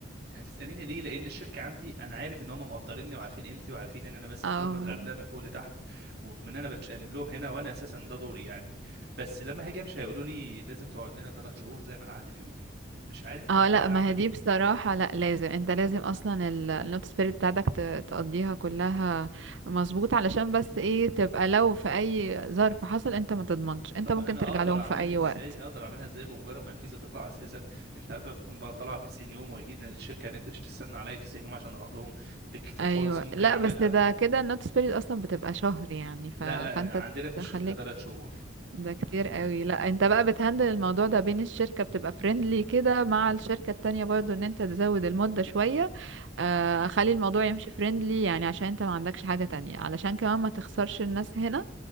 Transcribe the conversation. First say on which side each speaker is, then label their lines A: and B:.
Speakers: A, on the right; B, on the right.
A: هتسأليني ليه؟ لأن الشركة عندي أنا عارف إن هم مقدريني وعارفين قيمتي وعارفين إن أنا ماسك
B: اه
A: لهم الغردقة من فوق لتحت وإن أنا بتشقلب لهم هنا وأنا أساسا ده دوري يعني بس لما هاجي أمشي هيقولوا لي لازم تقعد لنا ثلاث شهور زي ما العقد بيقول مش عارف
B: اه
A: وقتها
B: لا ما
A: أعمل
B: هي دي
A: إيه
B: بصراحة لا لازم انت لازم اصلا النوت سبيريت بتاعتك ت- تقضيها كلها مظبوط علشان بس ايه تبقى لو في اي ظرف حصل انت ما تضمنش انت
A: طب
B: ممكن
A: أنا
B: ترجع
A: أقدر
B: لهم
A: أعملها
B: في اي
A: إزاي؟
B: وقت
A: أقدر أعملها إزاي بمجرد ما الفيزا تطلع أساسا أنت عارفة بتكون بقى طالعة ب 90 يوم وأكيد إن الشركة هناك مش هتستنى عليا 90 يوم عشان أروح لهم بالكتير
B: ايوه
A: خالص ممكن
B: لا
A: أعملها
B: بس ده كده النوت سبيريت اصلا بتبقى شهر يعني ف...
A: لا
B: فانت
A: لا عندنا في الشركة
B: تخليك
A: ثلاث شهور
B: ده كتير قوي لا انت بقى بتهندل الموضوع ده بين الشركة بتبقى فريندلي كده مع الشركة التانية برضو ان انت تزود المدة شوية آه خلي الموضوع يمشي فريندلي يعني عشان انت ما عندكش حاجة تانية علشان كمان ما تخسرش الناس هنا